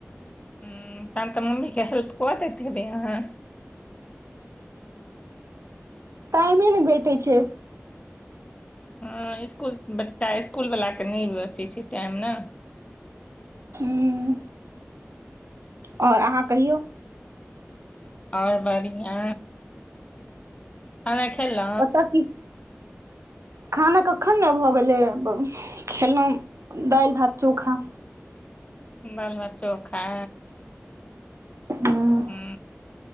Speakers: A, on the left (about 25°); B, on the right (about 75°).
A: हुं तहन तऽ मम्मी के हेल्प कऽ देत हेबई आहाँ
B: टाइमे नै भेटै छै,
A: हँ, इसकुल बच्चा इस्कुल वला के नइ बचइ छै टाइम न
B: हूं आओर आहाँ कहियौ
A: आओर बढ़िया खाना खेलउँ
B: ओतऽ की खाना कखन ने भऽ गेलै खेलहुँ दाइल भात चोखा
A: दाल भात चोखा
B: हू।
A: हु